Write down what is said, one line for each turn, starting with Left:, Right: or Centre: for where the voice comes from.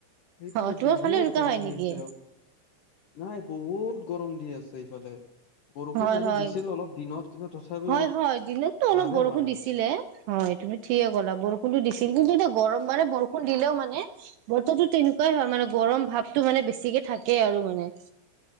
Left: সেইটোৱে
Right: অ তোমাৰ
Left: বহুত
Right: ফালে এনেকুৱা
Left: গৰম
Right: হয় নেকি?
Left: দি আছে ইয়াত। নাই বহুত গৰম দি আছে ইফালে বৰষুণ
Right: হয়
Left: আজি
Right: হয়
Left: দিছিল অলপ দিনত কিন্তু তথাপিও
Right: হয় হয়, দিনততো অলপ
Left: লাভে
Right: বৰষুণ
Left: হোৱা নাই
Right: দিছিলে হয়, তুমি ঠিকে ক'লা বৰষুণতো দিছিল কিন্তু এতিয়া গৰম মানে বৰষুণ দিলেও মানে বতৰটো তেনেকুৱাই হয় মানে গৰম ভাৱতটো মানে বেছিকে থাকে আৰু মানে। <inaudible>